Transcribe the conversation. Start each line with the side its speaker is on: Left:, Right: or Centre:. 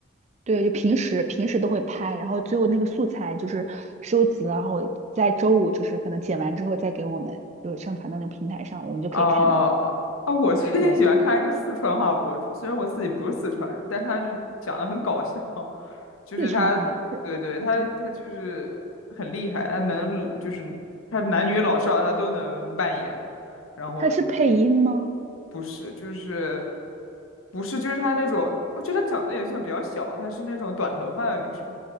Right: 对，就平时平时都会拍，然后最后那个素材就是收集了，然后在周五就是可能剪完之后再给我们就上传到那个平台上，我们就可以看到了。
Left: 啊啊！我最近喜欢看一个四川话博主，
Right: 对，
Left: 虽然我自己不是四川人，但他就讲的很搞笑，<laughs> 就是他，
Right: 四川话的，
Left: 对对，他他就是很厉害，
Right: 对，
Left: 他能就是他男女老少他都能扮演，然后
Right: 他是配音吗？
Left: 不是就是不是就是他那种，我觉得他长得也算比较小，她是那种短头发的女生，